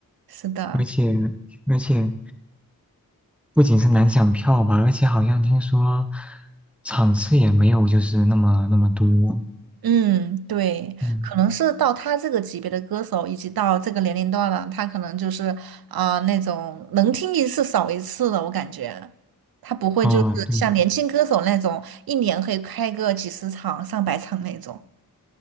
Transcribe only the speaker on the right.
是的，
嗯，对，
可能是到他这个级别的歌手，以及到这个年龄段了，他可能就是啊、那种能听一次少一次的，我感觉他不会就是像年轻歌手那种一年可以开个几十场、
上百场那种，